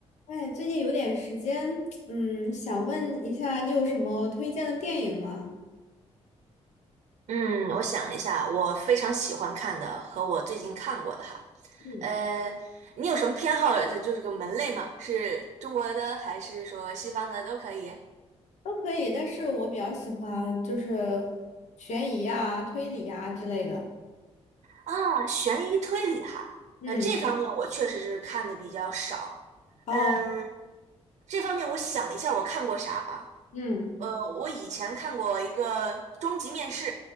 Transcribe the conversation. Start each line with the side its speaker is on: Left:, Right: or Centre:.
Left: 哎，最近有点时间，嗯，想问一下，你有什么推荐的电影吗？
Right: 嗯，我想一下，我非常喜欢看的和我最近看过的哈，
Left: 嗯，
Right: 呃，你有什么偏好？就就是个门类吗？是中国的还是说西方的都可以？
Left: 都可以，但是我比较喜欢就是悬疑啊、推理啊之类的。
Right: 啊，悬疑推理哈，
Left: 嗯，
Right: 那这方面我确实是看的比较少。
Left: 哦，
Right: 嗯，这方面我想了一下，我看过啥啊？
Left: 嗯，
Right: 呃，我以前看过一个《终极面试》，